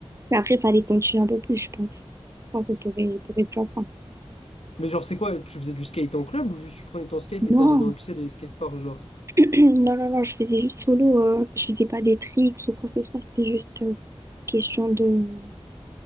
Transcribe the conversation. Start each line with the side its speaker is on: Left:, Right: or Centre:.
Right: mais après, il fallait continuer un peu plus, je pense. Je pense que t'aurais, t'aurais pu apprendre.
Left: Mais genre, c'est quoi? Tu faisais du skate en club ou juste tu prenais ton skate et
Right: Non,
Left: t'es allé dans le, tu sais, les skateparks, genre?
Right: <clears throat> non, non, non, je faisais juste solo. euh, je faisais pas des tricks ou quoi que ce soit. C'était juste euh, question de...